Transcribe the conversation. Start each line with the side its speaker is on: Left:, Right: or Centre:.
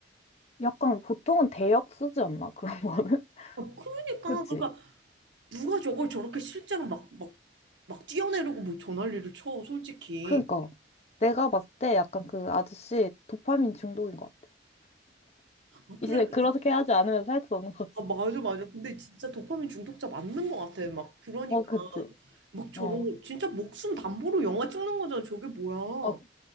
Left: 약간 보통은 대역 쓰지 않나? 그런 거는?
Right: 아, 그러니까,
Left: <laughs> 그치?
Right: 그러니까, 누가 저걸 저렇게 실제로 막, 막, 막 뛰어내리고 뭐 전화리를 쳐, 솔직히.
Left: 그러니까 내가 봤을 때 약간 그 아저씨 도파민 중독인 것 같아.
Right: 아, 그래.
Left: 이제 그렇게 하지 않으면 살 수 없는 거지.
Right: 아, 맞아, 맞아. 근데 진짜 도파민 중독자 맞는 것 같아. 막, 그러니까,
Left: 어, 그치.
Right: 막 저런
Left: 어.
Right: 거, 진짜 목숨 담보로 영화 찍는 거잖아. 저게 뭐야.
Left: 아,